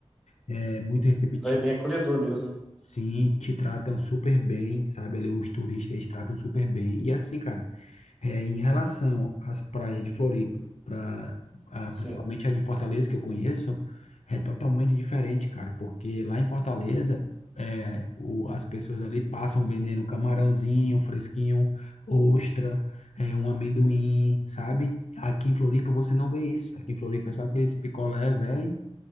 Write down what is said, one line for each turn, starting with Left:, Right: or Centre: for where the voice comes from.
Left: é muito receptivo
Centre: Lá é bem acolhedor mesmo. né?
Left: Sim, te tratam super bem, sabe? Ali os turistas eles tratam super bem. E assim, cara, é, em relação às praias de Floripa, pra, a-
Centre: Sim.
Left: principalmente a de Fortaleza que eu conheço, é totalmente diferente, cara, porque lá em Fortaleza, é, o, as pessoas ali passam vendendo camarãozinho fresquinho, ostra, é, um amendoim, sabe? Aqui em Floripa você não vê isso. Aqui em Floripa é só aqueles picolé, velho,